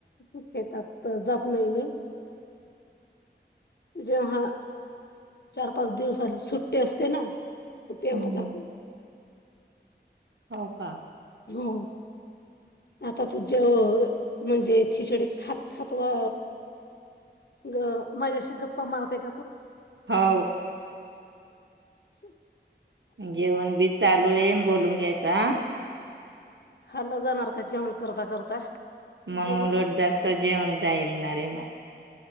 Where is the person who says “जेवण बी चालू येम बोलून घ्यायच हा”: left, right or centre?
Right